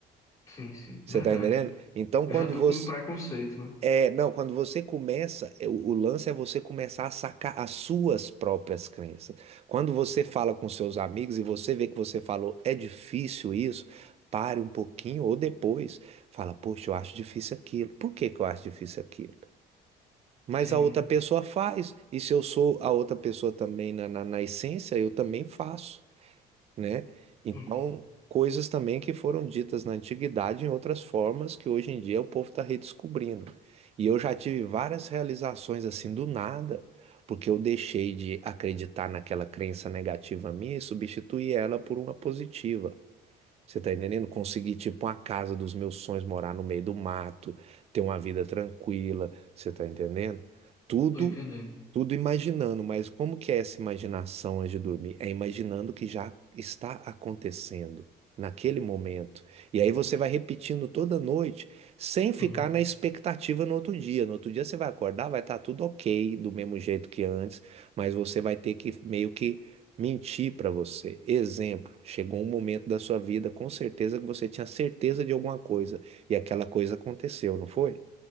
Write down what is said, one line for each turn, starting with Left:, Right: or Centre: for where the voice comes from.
Left: Sim, sim,
Right: Você
Left: verdade.
Right: tá entendendo? Então,
Left: Eu
Right: quando
Left: já tô
Right: você
Left: com um preconceito, né?
Right: é, não, quando você começa, é, o, o lance é você começar a sacar as suas próprias crenças. Quando você fala com seus amigos e você vê que você falou é difícil isso, pare um pouquinho ou depois fala, poxa, eu acho difícil aquilo. Por que que eu acho difícil aquilo? Mas
Left: Sim.
Right: a outra pessoa faz. E se eu sou a outra pessoa também na, na, na essência, eu também faço, né? Então,
Left: Uhum.
Right: coisas também que foram ditas na antiguidade em outras formas que hoje em dia o povo está redescobrindo. E eu já tive várias realizações assim do nada, porque eu deixei de acreditar naquela crença negativa minha e substituí ela por uma positiva. Você tá entendendo? Conseguir, tipo, uma casa dos meus sonhos, morar no meio do mato, ter uma vida tranquila, você tá entendendo? Tudo
Left: Tô entendendo.
Right: tudo imaginando, mas como que é essa imaginação antes de dormir? É imaginando o que já está acontecendo naquele momento. E aí você vai repetindo toda noite, sem ficar
Left: Uhum.
Right: na expectativa no outro dia. No outro dia você vai acordar, vai estar tudo ok, do mesmo jeito que antes, mas você vai ter que meio que mentir para você. Exemplo, chegou um momento da sua vida, com certeza que você tinha certeza de alguma coisa, e aquela coisa aconteceu, não foi?